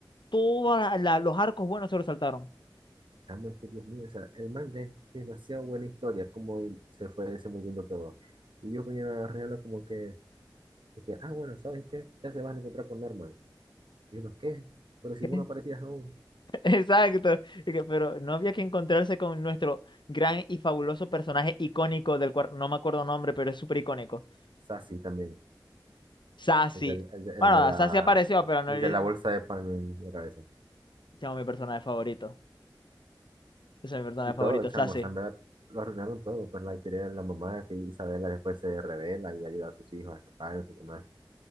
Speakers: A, on the left; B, on the right.
A: Todos los arcos buenos se los saltaron.
B: Chamo, es que Dios mío, o sea, el manga es demasiado buena historia, como y se fue desenvolviendo todo. Y ellos vinieron a arreglarlo como que, de que, ah, bueno, ¿sabes qué? Ya se van a encontrar con Norman. Y uno, ¿qué? Pero si
A: ¿Qué?
B: uno
A: <laughs>
B: parecía aún.
A: Exacto. Y que- Pero no había que encontrarse con nuestro gran y fabuloso personaje icónico del cual no me acuerdo nombre, pero es súper icónico.
B: Sassy también,
A: Sassy.
B: el del- el de,
A: Bueno,
B: el de la,
A: Sassy apareció, pero no
B: el
A: le
B: de la bolsa de pan en la cabeza.
A: llamo mi personaje favorito. Esa es mi personaje
B: Y todo,
A: favorito,
B: chamo,
A: Sase.
B: o sea, en verdad, lo arruinaron todo, pues la historia de la mamá, que Isabela después se revela y ayuda a sus hijos a escapar, no sé qué más.